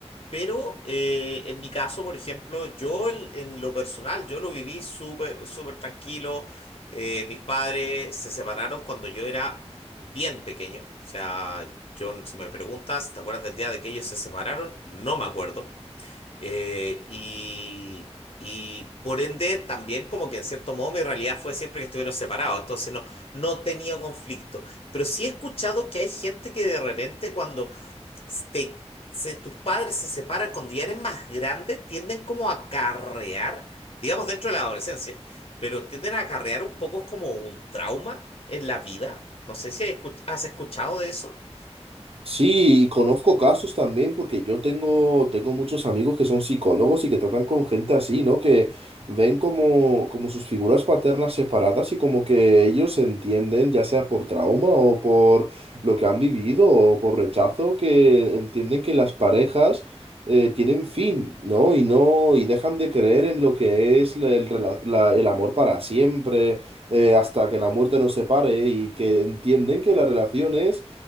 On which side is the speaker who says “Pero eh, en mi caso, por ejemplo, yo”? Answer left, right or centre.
Left